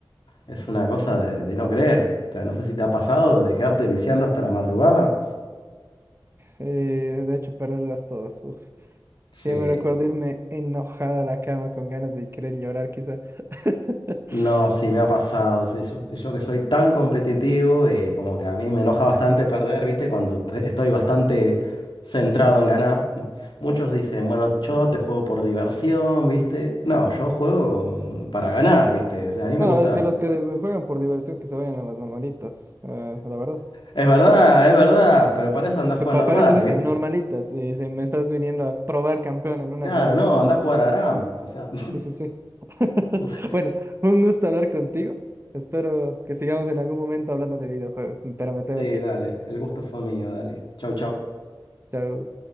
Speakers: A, on the left (about 70°); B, on the right (about 30°).
A: es una cosa de, de no creer. O sea, no sé si te ha pasado de quedarte viciando hasta la madrugada.
B: Eh, de hecho, perderlas todas. uf.
A: Sí.
B: Yo me recuerdo irme enojada a la cama con ganas de querer llorar, quizá. <laughs>
A: No, sí me ha pasado. sí, Yo, yo que soy tan competitivo, eh, como que a mí me enoja bastante perder, ¿viste? Cuando te- estoy bastante centrado en ganar. Muchos dicen, bueno, yo te juego por diversión, ¿viste? No, yo juego con- para ganar, ¿viste? O sea, a mí
B: No,
A: me gusta.
B: es que los que de- juegan por diversión que se vayan a las normalitas, eh, la verdad.
A: Es verdad,
B: Sí, sí. sí.
A: es verdad, pero para eso anda
B: Es
A: a
B: que
A: jugar
B: pa-
A: normales,
B: para eso dice
A: ¿viste?
B: normalitas, y si me estás viniendo a probar campeón en un
A: Claro,
B: arranque,
A: no,
B: o
A: anda a jugar a Aram.
B: no.
A: O sea,
B: Sí, sí, sí. <laughs>
A: <laughs>
B: Bueno, un gusto hablar contigo. Espero que sigamos en algún momento hablando de videojuegos, pero me tengo
A: sí,
B: que
A: dale,
B: ir.
A: el gusto fue mío, dale. Chau, chau.
B: Chao.